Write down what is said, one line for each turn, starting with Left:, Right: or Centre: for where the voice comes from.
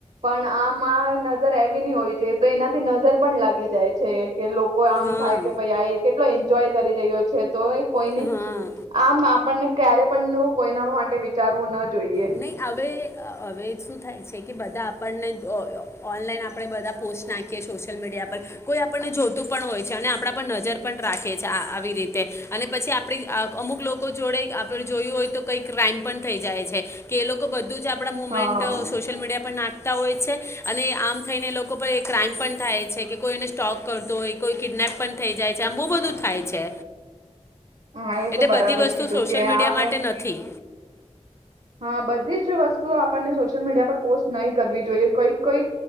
Right: પણ આમ આ નજર એ હોય છે તો એનાથી નજર પણ લાગી જાય છે કે લોકો આમ
Left: હા
Right: થાય કે ભાઈ આ એક- એટલો એન્જોય કરી રહ્યો છે તો કોઈને
Left: હા
Right: આમ આપણને ક્યારે પણ નું કોઈના માટે વિચારવું ના જોઈએ
Left: નહીં અ હવે હવે શું થાય છે કે બધા આપણને ઓ ઓનલાઈન આપણે બધા પોસ્ટ નાખીએ સોશિયલ મીડિયા પર કોઈ આપણને જોતું પણ હોય છે અને આપણા પર નજર પણ રાખે છે આ આવી રીતે અને પછી આપણે અ અમુક લોકો જોડે આપણે જોયું હોય તો કંઈક ક્રાાઈમ પણ થઈ જાય છે. કે લોકો બ બું આપણા મુમેન્ટ
Right: હા
Left: સોશિયલ મીડિયા પર નાખ હોય છે અને આમ થઈને લોકો પર ક્રાઈમ પણ થાય છે કે કોઈને સ્ટોક કરતો હોય કોઈ કિડનેપ પણ થઈ જાય છે આમ બહુ બધું થાય છે
Right: હા એ
Left: એટલે
Right: તો બરાબર
Left: બધી વસ્તુ
Right: કીધું
Left: સોશિયલ
Right: કે
Left: મીડિયા
Right: આ બે
Left: માટે નથી
Right: હા બધી જ વસ્તુઓ આપણને સોશિયલ મીડિયા પર પોસ્ટ નહી કરવી જોઈએ કોઈ કોઈ